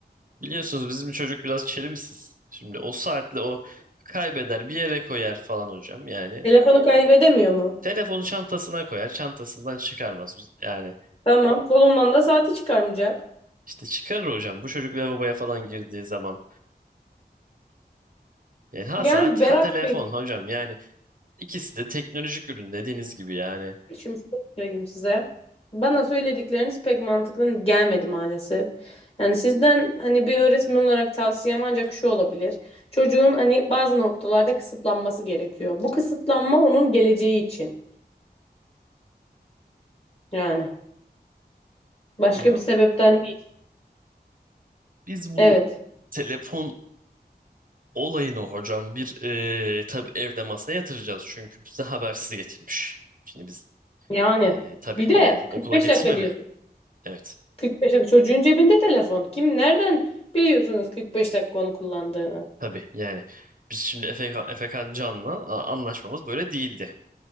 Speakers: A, on the right; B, on the left.
A: Biliyorsunuz bizim çocuk biraz çelimsiz. Şimdi o saatle o kaybeder bir yere koyar falan hocam yani.
B: Telefonu kaybedemiyor mu?
A: Telefonu çantasına koyar, çantasından çıkarmaz. Biz- Yani
B: Tamam. Kolundan da saati çıkarmayacak.
A: İşte çıkarır hocam bu çocuk lavaboya falan girdiği zaman. Yani ha
B: Yani
A: saat
B: Berat
A: ha telefon
B: Bey
A: hocam yani ikisi de teknolojik ürün dediğiniz gibi yani.
B: Şimdi şöyle söyleyeyim size. Bana söyledikleriniz pek mantıklı gelmedi maalesef. Yani sizden hani bir öğretmen olarak tavsiyem ancak şu olabilir. Çocuğun hani bazı noktalarda kısıtlanması gerekiyor. Bu kısıtlanma onun geleceği için. Yani başka
A: Hocam
B: bir sebepten değil.
A: biz bu
B: Evet.
A: telefon olayını hocam bir eee tabii evde masa yatıracağız çünkü bize habersiz getirmiş. Şimdi biz
B: Yani
A: eee tabii
B: bir de
A: yani okula
B: 45
A: getirme
B: dakika diyorsun.
A: mi? Evet.
B: 45 dakika çocuğun cebinde telefon. Kim nereden biliyorsunuz 45 dakika onu kullandığını?
A: Tabii yani biz şimdi Efekan, Efekan Can'la a- anlaşmamız böyle değildi.